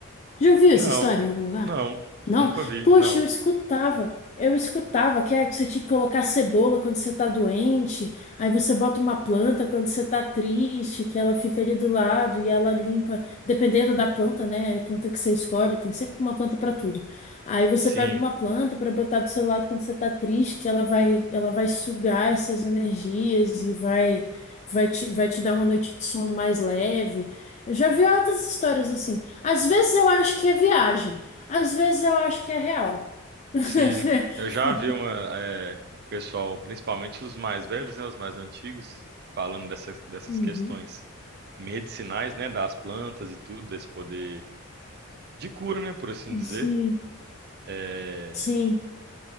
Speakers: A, on the left; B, on the right.
A: Já ouviu essa
B: Não,
A: história em algum lugar?
B: não,
A: Não?
B: nunca vi,
A: Poxa,
B: não.
A: eu escutava. Eu escutava que é que você tinha que colocar cebola quando você tá doente, aí você bota uma planta quando você tá triste, que ela fica ali do lado e ela limpa, dependendo da planta, né? A planta que você escolhe, tem sempre uma planta pra tudo. Aí você
B: Sim,
A: pega uma planta pra botar do seu lado quando você tá triste, que ela vai, ela vai sugar essas energias e vai vai te, vai te dar uma noite de sono mais leve. Eu já vi outras histórias assim. Às vezes eu acho que é viagem, às vezes eu acho que é real. <laughs>
B: Sim, eu já vi uma, é, pessoal, principalmente os mais velhos, né, os mais antigos, falando dessas, dessas
A: Uhum.
B: questões medicinais, né, das plantas e tudo, desse poder de cura, né, por assim dizer.
A: Sim,
B: É,
A: sim,